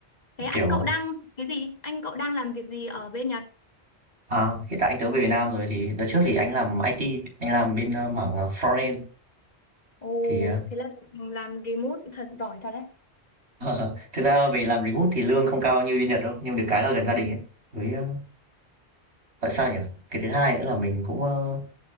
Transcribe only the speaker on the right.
kiểu
à, hiện tại anh tớ về Việt Nam rồi thì đợt trước thì anh làm IT, anh làm bên, ơ, mảng, ờ, Front-end
thì, ờ
<laughs> thực ra về làm remote thì lương không cao như bên Nhật đâu, nhưng được cái là gần gia đình ấy, với, ơ tại sao nhỉ? Cái thứ hai nữa là mình cũng, ơ